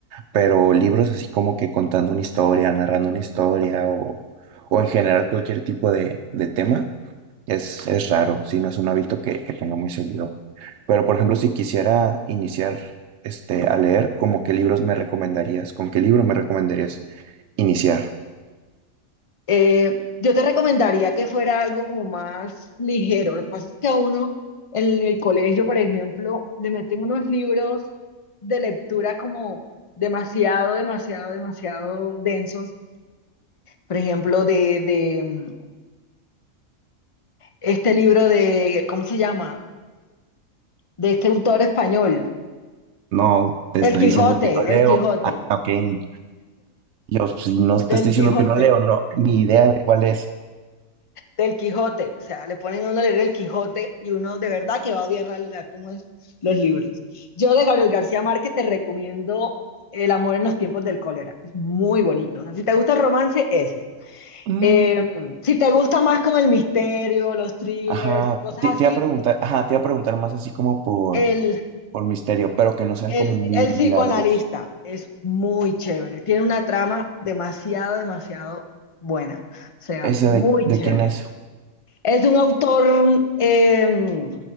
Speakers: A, on the right; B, on the left.
A: Pero libros así como que contando una historia, narrando una historia o, o en general cualquier tipo de, de tema, es, es raro, sí, no es un hábito que, que tenga muy seguido. Pero por ejemplo, si quisiera iniciar este, a leer, ¿como qué libros me recomendarías? ¿Con qué libro me recomendarías iniciar?
B: Eh, yo te recomendaría que fuera algo como más ligero. Lo que pasa es que a uno en el colegio, por ejemplo, le meten unos libros de lectura como demasiado, demasiado, demasiado densos. Por ejemplo, de, de mm, este libro de, ¿cómo se llama? De este autor español,
A: No, te
B: El
A: estoy
B: Quijote,
A: diciendo que no leo.
B: El Quijote,
A: Ah, ok. Yo, pues, si no te
B: del
A: estoy
B: Quijote.
A: diciendo que no leo, no, ni idea de cuál es.
B: del Quijote. O sea, le ponen a uno a leer el Quijote y uno de verdad que va a odiar la, la, cómo es los libros. Yo de Gabriel García Márquez te recomiendo El amor en los tiempos del cólera. Es muy bonito. O sea, si te gusta el romance, ese.
A: Mm,
B: Eh, si te gusta más como el misterio, los thrillers,
A: ajá,
B: cosas
A: te,
B: así,
A: te iba a preguntar, ajá, te iba a preguntar más así como por,
B: el,
A: por misterio, pero que no sean
B: el,
A: como muy
B: el psicoanalista
A: largos.
B: es muy chévere. Tiene una trama demasiado, demasiado buena. O sea,
A: ¿Ese
B: muy
A: de, de
B: chévere.
A: quién es?
B: Es de un autor, eh,